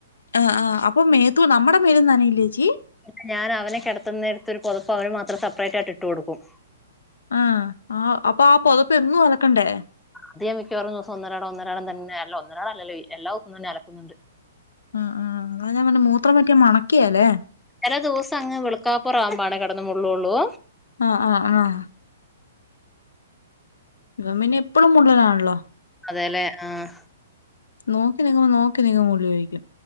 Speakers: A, on the left (about 85°); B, in the centre.
A: ആഹ് ആഹ് അപ്പൊ മേത്തു നമ്മടെ മേലും നനയില്ലേച്ചി
B: പിന്നെ ഞാനവനെ കെടെത്തുന്നേടെത്തൊരു പൊതപ്പ് അവനു മാത്രം സപ്പ്റേറ്റായ്ട്ട് ഇട്ട് കൊട്ക്കും.
A: ആഹ് ആഹ് അപ്പൊ ആ പൊതെപ്പ് എന്നും അലക്കണ്ടേ
B: അത് ഞാൻ മിയ്ക്കവാറും ദ്‌വ്സം ഒന്നരാടം ഒന്നരാടം തന്നെ അല്ല ഒന്നരാടം അല്ലല്ലോ എല്ലാ ദ്‌വ്സവും തന്നെ അലക്കുന്നുണ്ട്.
A: ആഹ് ആഹ് അതാ ഞാൻ പർഞ്ഞെ മൂത്രം പറ്റിയാ മണയ്ക്ക്കേലേ
B: ചെലെ ദ്‌വ്സങ്ങ് വെള്ക്കാപ്പുറാവ്മ്പാണെ കെടെന്ന് മുള്ളോള്ളൂ
A: ആഹ് ആഹ് ആഹ് ഇവൻ പിന്നെ എപ്പെഴും മുള്ളലാൺല്ലോ
B: അതേല്ലെ ആഹ്
A: നോക്കി നിയ്ക്കുമ്പം നോക്കി നിയ്ക്കുമ്പം മുള്ളി ഒഴിക്കും